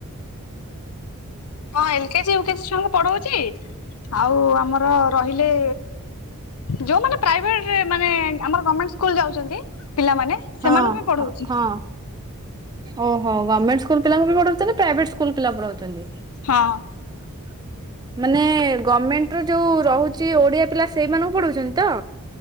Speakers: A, on the left; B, on the right.
A: ହଁ ଏଲ କେଜି, ୟୁ କେଜି ଛୁଆଙ୍କୁ ପଢଉଛି। ଆଉ ଆମର ରହିଲେ ଯୋଉମାନେ ପ୍ରାଇଭେଟ ମାନେ ଆମର ଗମେଣ୍ଟ ସ୍କୁଲ ଯାଉଛନ୍ତି ପିଲାମାନେ। ସେମାନଙ୍କୁ
B: ହଁ
A: ବି ପଢଉଛି।
B: ହଁ ହଁ। ଓହୋ ଗମେଣ୍ଟ ସ୍କୁଲ ପିଲାଙ୍କୁ ବି ପଢଉଛନ୍ତି, ପ୍ରାଇଭେଟ ସ୍କୁଲ ପିଲା ପଢାଉଛନ୍ତି।
A: ହଁ।
B: <unintelligible> ମାନେ ଗମେଣ୍ଟର ଯୋଉ ରହୁଛି ଓଡିଆ ପିଲା, ସେଇମାନଙ୍କୁ ପଢାଉଛନ୍ତି ତ?